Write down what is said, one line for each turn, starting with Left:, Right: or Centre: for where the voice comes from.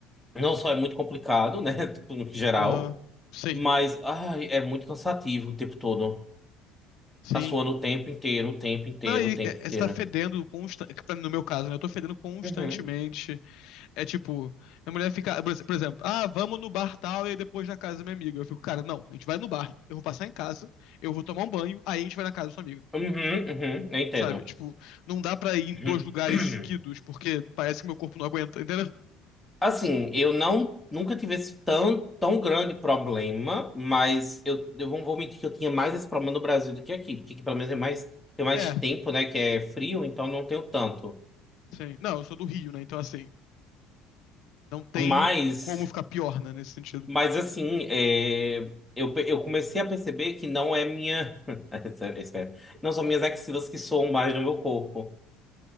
Centre: não só é muito complicado, né? <laughs> Tipo, no geral,
Left: Aham, Sim,
Centre: mas ai, é muito cansativo o tempo todo.
Left: sim.
Centre: Tá suando o tempo inteiro, o tempo inteiro,
Left: Não, e
Centre: o tempo
Left: é,
Centre: inteiro.
Left: é, você tá fedendo constantemente, no meu caso, né? Eu tô fedendo constantemente.
Centre: Uhum,
Left: É tipo, minha mulher fica, por ex- por exemplo, ah, vamos no bar tal e aí depois na casa da minha amiga. Eu fico, cara, não, a gente vai no bar, eu vou passar em casa, eu vou tomar um banho, aí a gente vai na casa da sua amiga.
Centre: uhum, uhum, eu entendo.
Left: Sabe? Tipo, não dá pra ir em
Centre: Uhum.
Left: dois lugares
Centre: <clears throat>
Left: seguidos, porque parece que meu corpo não aguenta, entendeu?
Centre: Assim, eu não nunca tive esse tão, tão grande problema, mas eu, eu não vou mentir que eu tinha mais esse problema no Brasil do que aqui, porque aqui pelo menos é mais, tem mais
Left: É,
Centre: tempo, né, que é frio, então não tenho tanto.
Left: sim. Não, eu sou do Rio, né? Então, assim, não tem
Centre: Mas,
Left: como ficar pior, né, nesse sentido.
Centre: mas assim, é, eu, pe- eu comecei a perceber que não é minha, <laughs> espera, não são minhas axilas que soam mais no meu corpo.